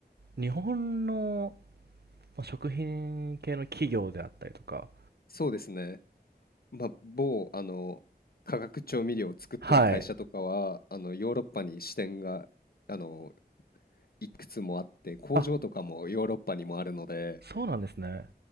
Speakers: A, on the right; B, on the left.
A: 日本のまあ食品系の企業であったりとか。
B: そうですね。まあ、某、あの、化学調味料を作ってる会社とかは、
A: はい。
B: あの、ヨーロッパに支店が、あの、いくつもあって、工場とかもヨーロッパにもあるので、
A: あ、そうなんですね。